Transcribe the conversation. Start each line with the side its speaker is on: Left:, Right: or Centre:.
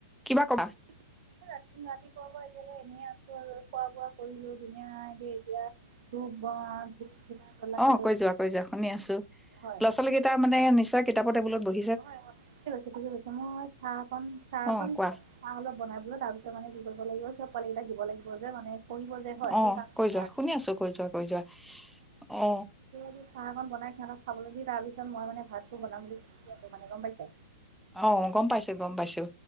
Centre: কিবা কবা?
Right: ৰাতিপুৱাৰ পৰা এতিয়ালৈ এনেই আছো আৰু খোৱা বোৱা কৰিলো ধুনীয়া কে, এতিয়া- <unintelligible>
Centre: অঁ'
Right: লৈ
Centre: কৈ যোৱা কৈ যোৱা শুনি আছোঁ। ল'ৰা-ছোৱালী
Right: হয়
Centre: কেইটা মানে নিশ্চয় কিতাপৰ টেবুলত বহি
Right: হয় হয়, ঠিকে কৈছে ঠিকে কৈছে। মই চাহ চাহ
Centre: অ
Right: অকন
Centre: কোৱা
Right: চাহ অলপ বনাই বোলে তাৰপিছত মানে কি কৰিব লাগিব চ'ব পোৱালি কেইটাক দিব লাগিব যে মানে- পঢ়িব যে হয়
Centre: অ
Right: সেইকাৰনে
Centre: কৈ যোৱা শুনি আছো কৈ যোৱা কৈ যোৱা অ
Right: <unintelligible> <unintelligible> চাহ অকন বনাই সিহঁতক খাবলৈ দি তাৰপিছত মই মানে ভাতটো বনাম বুলি আছো মানে গম পাইছা।
Centre: অঁ' গম পাইছো গম পাইছো।